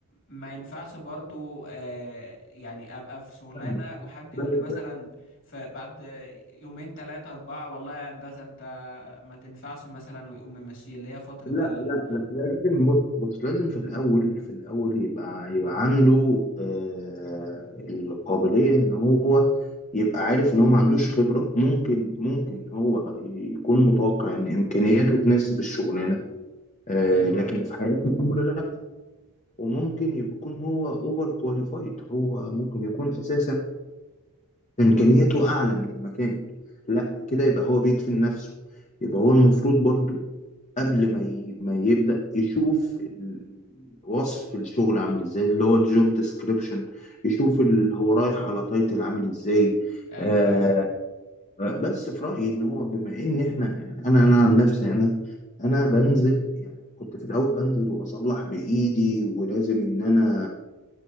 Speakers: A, on the left; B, on the left.
A: ما ينفعش برضو آه يعني ابقى في شغلانه
B: فاهمك.
A: وحد يقول
B: بس-
A: لي مثلا فبعد يومين ثلاثه اربعه والله يا هندسه انت ما تنفعش مثلا ويقوم ممشي اللي هي فتره
B: لا
A: ال
B: لا لا لازم بص بص لازم في الأول في الأول يبقى يبقى عنده آه القابلية إن هو يبقى عارف إن هو ما عندوش خبرة ممكن ممكن هو يكون متوقع إن إمكانياته تناسب الشغلانة آه
A: ايوه
B: لكن
A: ايوه
B: في حياة الأمر لا وممكن يكون هو أوفر كواليفايد هو ممكن يكون أساسا إمكانياته أعلى من المكان لا كده يبقى هو بيدفن نفسه يبقى هو المفروض برضو قبل ما ي... ما يبدأ يشوف ال- وصف الشغل عامل ازاي اللي هو الجوب ديسكريبشن يشوف اللي هو رايح على تايتل عامل ازاي
A: ايوه
B: آه
A: ايوه
B: آه، بس في رأيي ان هو بما ان احنا يعني انا انا عن نفسي انا انا بنزل يعني كنت في الاول بنزل واصلح بايدي ولازم ان انا